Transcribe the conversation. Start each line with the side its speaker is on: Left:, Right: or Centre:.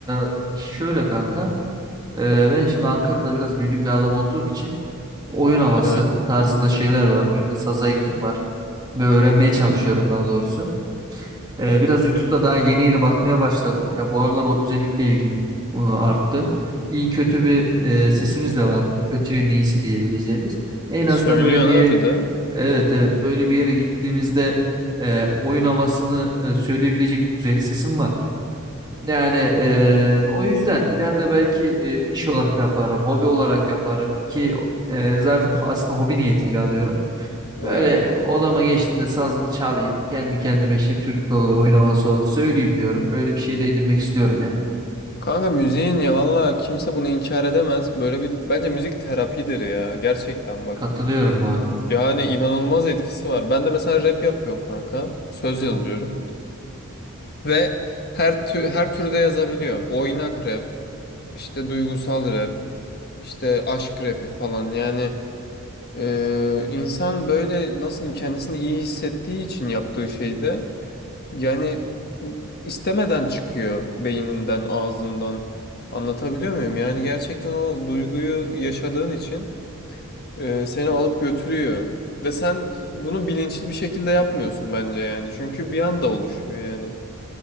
Right: e, şöyle kanka. Ee, ben şimdi Ankara'da biraz büyüdüğüm bir adam olduğum için oyun havası
Left: evet
Right: tarzında şeyler var. O yüzden saza ilgim var ve öğrenmeye çalışıyorum daha doğrusu. Ee, biraz YouTube'da daha yeni yeni bakmaya başladım. Ya bu aralar o özellikle ilgim e, arttı. İyi kötü bir e, sesimiz de vardır. Kötünün iyisi diyebileceğimiz. En azından
Left: söylüyorsun
Right: böyle bir
Left: abi
Right: yer
Left: de
Right: evet evet böyle bir yere gittiğimizde e, oyun havasını e, söyleyebilecek bir düzeyde sesim var. Yani eee, o yüzden ileride belki eee, iş olarak yaparım, hobi olarak yaparım ki eee, zaten ho- aslında hobi niyetiyle alıyorum. Böyle
Left: evet.
Right: odama geçtiğimde sazımı çalayım, kendi kendime işte türkü olur, oyun havası olur söyleyeyim diyorum. Öyle bir şey de edinmek istiyorum yani.
Left: Kanka müziğin ya valla kimse bunu inkar edemez. Böyle bir bence müzik terapidir ya gerçekten bak.
Right: Katılıyorum bu arada.
Left: Yani inanılmaz etkisi var. Ben de mesela rap yapıyorum kanka. Söz
Right: Bu
Left: yazıyorum. Ve her tü- her türde yazabiliyorum. Oynak rap, işte duygusal rap, işte aşk rapi falan. Yani e, insan böyle nasıl diyeyim kendisini iyi hissettiği için yaptığı şeyde yani istemeden çıkıyor beyninden, ağzından. Anlatabiliyor muyum? Yani gerçekten o duyguyu yaşadığın için e, seni alıp götürüyor. Ve sen bunu bilinçli bir şekilde yapmıyorsun bence yani. Çünkü bir anda oluşuyor yani.